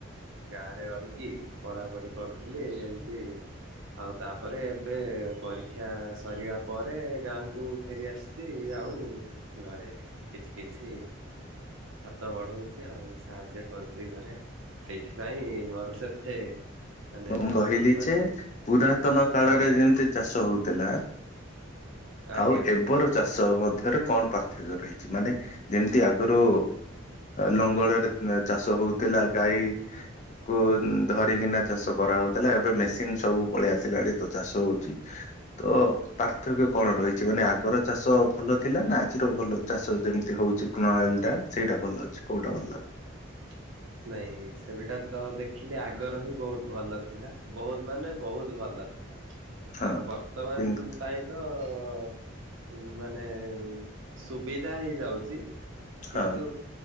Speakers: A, on the right; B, on the left.
A: ଗାଁରେ ରହିକି ପଢାପଢି କରୁଥିଲି ଏମିତି ଆଉ ତାପରେ ଏବେ ପରୀକ୍ଷା ସରିବା ପରେ ଗାଁ କୁ ଫେରି ଆସିଛି। ଆଉ ଘରେ କିଛି କିଛି ହାତ ବଢ଼ଉଛି ଆଉ ସାହାଯ୍ୟ କରୁଛି ଘରେ ସେଇଥିପାଇଁ ମୋର ସେତେ ମାନେ
B: ମୁଁ
A: ଚାଷ
B: କହିଲି
A: ଉପରେ
B: ଯେ
A: ଇଏ
B: ପୁରାତନ
A: ନାହିଁ
B: କାଳରେ
A: ଆଜ୍ଞା ଆଜ୍ଞା।
B: ଯେମିତି ଚାଷ ହଉଥିଲା
A: ଆଜ୍ଞା
B: ଆଉ
A: ଆଜ୍ଞା
B: ଏବେ
A: ଆଜ୍ଞା
B: ର ଚାଷ ମଧ୍ୟରେ କଣ ପାର୍ଥକ୍ୟ ରହିଛି ମାନେ ଯେମିତି ଆଗ ରୁ ଲଙ୍ଗଳରେ ଚାଷ ହଉଥିଲା ଗାଈ ଙ୍କୁ ଧରିକିନା ଚାଷ କରାହଉଥିଲା ଏବେ ମେସିନ ସବୁ ପଳେଇଆସିଲାଣି ତ ଚାଷ ହଉଛି ତ ପାର୍ଥକ୍ୟ କଣ? ରହିଛି ମାନେ ଆଗର ଚାଷ ଭଲ ଥିଲା ନା ଆଜିର ଭଲ ଚାଷ ଯେମିତି ହଉଛି ପ୍ରଣାଳୀଟା ସେଇଟା ଭଲ? ଅଛି କୋଉଟା ଭଲ ଲାଗୁ
A: <inaudible> ନାଇଁ ସେବେଟା ତ ଦେଖିଲି ଆଗର ହିଁ ବହୁତ୍ ଭଲ ଥିଲା ବହୁତ୍ ମାନେ ବହୁତ୍ ଭଲ। ଲ
B: ହଁ।
A: ଆଉ ବର୍ତ୍ତମାନ
B: କିନ୍ତୁ
A: ପାଇଁ ତ ଅ ମାନେ ସୁବିଧା ହେଇଯାଉଛି।
B: ହଁ
A: କିନ୍ତୁ